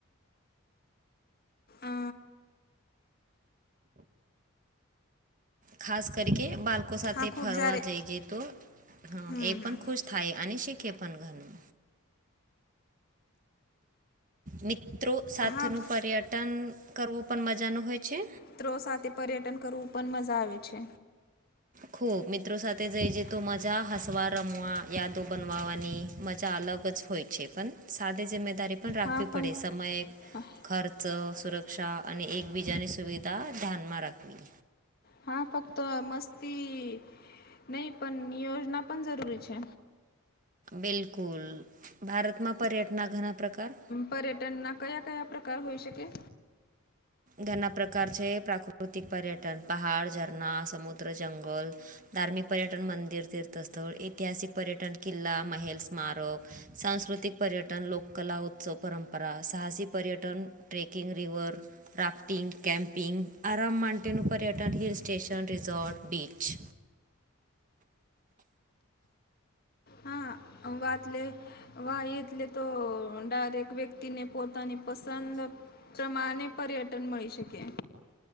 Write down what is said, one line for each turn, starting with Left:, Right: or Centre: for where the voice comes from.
Left: અ
Right: ખાસ કરી કે બાળકો સાથે
Left: હા ખૂબ
Right: ફરવા
Left: જ્યારે
Right: જઈ જઈ તો હા
Left: હમ
Right: એ
Left: હમ
Right: પણ ખુશ થાય અને શીખે પણ ઘણું મિત્રો સાથેનું
Left: હા
Right: પર્યટન કરવું પણ મજાનું હોય છે
Left: ત્રો સાથે પર્યટન કરવું પણ મજા આવે છે
Right: ખૂ મિત ત્રો સાથે જઈ જે તો મજા હસવા રમવા યાદો બનવાવાની મજા અલગ જ હોય છે પણ સાદે જિમ્મેદારી પણ રાખવી
Left: હા પણ
Right: પડે સમયે
Left: પડે ખર્ચ
Right: ખર ચો સુરક્ષા
Left: સુરક્ષા
Right: અને એકબીજાની સુવિધા ધ્યાનમાં રાખવી
Left: હા ફક્ત મસ્તી નઈ પણ યોજના પણ જરૂરી છે
Right: બિલકુલ ભારતમાં પર્યટના ઘણા પ્રકાર
Left: પર્યટનના કયા કયા પ્રકાર હોઈ શકે
Right: ઘરના પ્રકાર છે પ્રાકૃતિક પર્યટન પહાડ ઝરણા સમુદ્ર જંગલ ધાર્મિક પર્યટન મંદિર તીર્થસ્થળ ઐતિહાસિક પર્યટન કિલ્લા મહેલ સ્મારક સાંસ્કૃતિક પર્યટન લોક કલા ઉત્સવ પરંપરા સાહસિક પર્યટન ટ્રેકિંગ રીવર રાફ્ટિંગ, કમપિંગ, આરામ માન્ટેનું પર્યટન હિલ સ્ટેશન, રિઝોર્ટ, બીચ.
Left: હા અવાત લે વાહ એટલે તો ડાયરેક વ્યક્તિને પોતાની પસંદ ચમાણે પર્યટન મળી શકે.